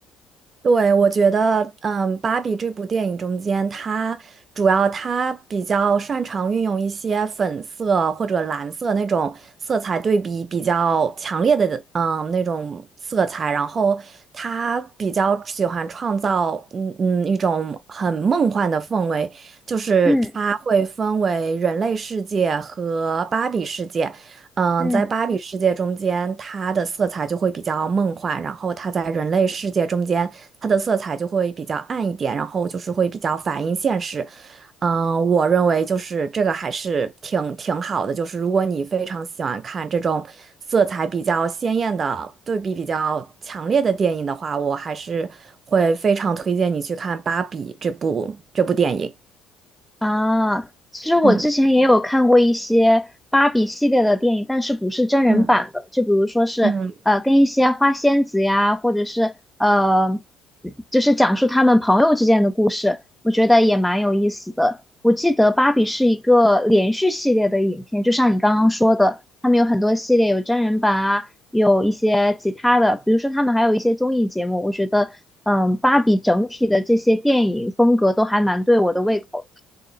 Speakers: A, on the right; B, in the centre.
A: 对，我觉得，嗯，《芭比》这部电影中间，它主要它比较擅长运用一些粉色或者蓝色那种色彩对比比较强烈的，嗯，那种色彩，然后它比较喜欢创造，嗯嗯，一种很梦幻的氛围，就是它会分为人类世界和芭比世界。
B: 嗯
A: 嗯，
B: 嗯。
A: 在芭比世界中间，它的色彩就会比较梦幻，然后它在人类世界中间。它的色彩就会比较暗一点，然后就是会比较反映现实。嗯，我认为就是这个还是挺挺好的，就是如果你非常喜欢看这种色彩比较鲜艳的、对比比较强烈的电影的话，我还是会非常推荐你去看《芭比》这部这部电影。
B: 啊，其实我之前也有看过一些芭比系列的电影，
A: 嗯
B: 但是不是真人版的，
A: 嗯
B: 就比如说是呃跟一些花仙子呀，
A: 嗯
B: 或者是呃就是讲述他们朋友之间的故事，我觉得也蛮有意思的。我记得芭比是一个连续系列的影片，就像你刚刚说的，他们有很多系列，有真人版啊，有一些其他的，比如说他们还有一些综艺节目，我觉得嗯，芭比整体的这些电影风格都还蛮对我的胃口的。